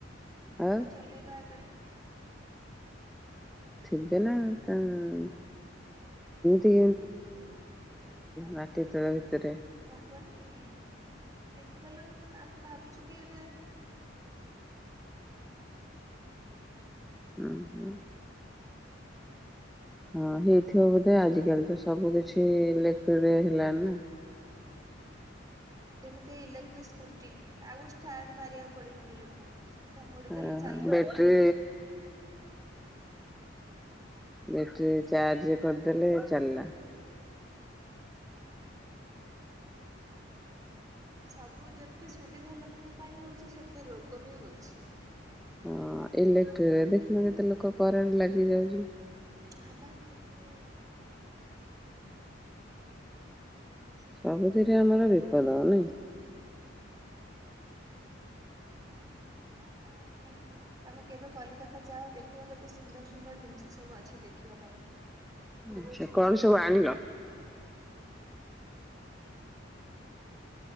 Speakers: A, in the centre; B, on the right.
A: ଆଉ
B: ମାନେ ଚଲେଇବା ଆଗେରେ ଓ
A: ଥିବେନା ତାନ୍ ତି ମାଟି ତତଳେ ଭିତରେ
B: କନି ଆମ୍ ତ କାହିଁ ଦେଖିପାରିଲୁନି କିନ୍ତୁ ଆମ୍ ଭାବୁଛୁ କି ଏଟା
A: ହୁଁ ହୁଁ ହଁ ହେଇଥିବ ବୋଧେ ଆଜିିକାଲି ତ ସବୁ କିଛିଇଲେଟ୍ରି ହେଲଣି
B: ଯେମିତି ଇଲେଟ୍ରି ସ୍କୁଟି ଆଉ ଷ୍ଟାର୍ଟ ମାରିବାକୁ ପଡ଼ିବନି ଲୋକଙ୍କୁ ସିଧା ମୋଡ଼ିଦେଲେ
A: ହଁ
B: ଚାଲିଲେ।
A: ବେଟ୍ରି ବ୍ୟାଟ୍ରି ଚାର୍ଜ କରଦେଲେ ଚାଲଲା
B: ସ୍ତା ସବୁ ଯେତେ ସୁବିଧା ଲୋକଙ୍କ ପାଇଁ ହଉଛି ସେତେ ରୋଗ ବି ହଉଛି।
A: ହଁ ଇଲେଟ୍ରି ରେ ଦେଖିନ କେତେ ଲୋକ କରେଣ୍ଟ ଲାଗିଯାଉଛି।
B: ହା ବା କେତେ
A: ସବୁଥିରେ ଆମର ବିପଦ ନାଇଁ।
B: ଏଇଆ ଆଉ ଆମେ ତମେ କେବେ କଲିକତା ଯାଅ ଦେଖିବ କେତେ ସୁନ୍ଦର ସୁନ୍ଦର ଜିନିଷ ସବୁ ଅଛି ଦେଖିବା ପାଇଁ ଯେତେବେଳେ
A: ଆଛା
B: ଛୁଟି
A: କଣ
B: ଦିନ
A: ସବୁ ଆଣିଲ। ହ <inaudible>